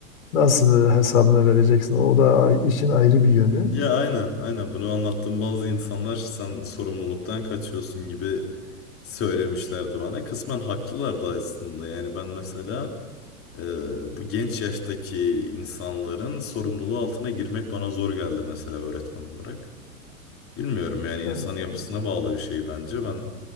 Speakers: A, on the left (about 70°); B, on the left (about 30°).
A: nasıl hesabını vereceksin? O da işin ayrı bir yönü.
B: Ya aynen, aynen bunu anlattığım bazı insanlar sen sorumluluktan kaçıyorsun gibi söylemişlerdi bana. Kısmen haklılar da aslında. Yani ben mesela e, bu genç yaştaki insanların sorumluluğu altına girmek bana zor geldi mesela öğretmen olarak. Bilmiyorum yani
A: E,
B: insan yapısına bağlı bir şey bence. Ben